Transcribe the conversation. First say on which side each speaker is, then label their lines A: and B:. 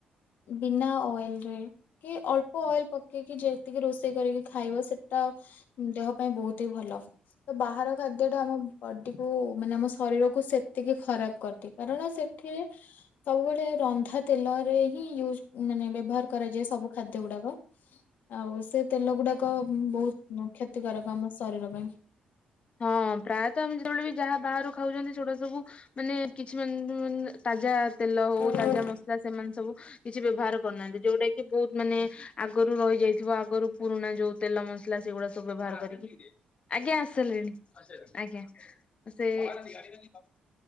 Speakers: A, on the left; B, on the left.
A: ବିନା ଅଏଲ୍ ରେ କି ଅଳ୍ପ ଅଏଲ୍ ପ କିକି ଯେତିକି ରୋଷେଇ କରିକି ଖାଇବ ସେଟା ଦେହ ପାଇଁ ବହୁତ୍ ହିଁ ଭଲ ତ ବାହାର ଖାଦ୍ୟ ଟା ଆମ ବଡି କୁ ମାନେ ଆମ ଶରୀରକୁୁ ସେତିକି ଖରାପ୍ କରିଦିଏ। କାରଣ ସେଠିରେ ସବୁବେଳେ ରନ୍ଧା ତେଲରେ ହିଁ ୟୁଜ୍ ମାନେ ବ୍ୟବହାର କରାଯାଏ ସବୁ ଖାଦ୍ୟ ଗୁଡାକ ଆଉ ସେ ତେଲ ଗୁଡାକ ବହୁତ୍ ହୁଁ କ୍ଷତିକାରକ ଆମ ଶରୀର ପାଇଁ।
B: ହଁ ପ୍ରାୟତଃ ଆମେ ଯେତେବେଳେ ବି ଯାହା ବାହାରୁ ଖାଉଛନ୍ତି ସେଗୁଡା ସବୁ ମାନେ କିଛି ମାନ ନ ଉଁ ତାଜା ତେଲ ହୋଉ
A: ହୁଁ
B: ତାଜା
A: ହଁ
B: ମସଲା ସେମାନେ ସବୁ କିଛି ବ୍ୟବହାର କରୁନାହାନ୍ତି। ଯୋଉଟା କି ବହୁତ ମାନେ ଆଗରୁ ରହିଯାଇଥିବ ଆଗରୁ ପୁରୁଣା ଯୋଉ ତେଲ ମସଲା ସେଗୁଡା ସବୁ ବ୍ୟବହାର କରିକି। ଆଜ୍ଞା ଆସିସାଇଲେଣି ଆସି ସାଇଲାଣି ଆଜ୍ଞା ସେ <inaudible>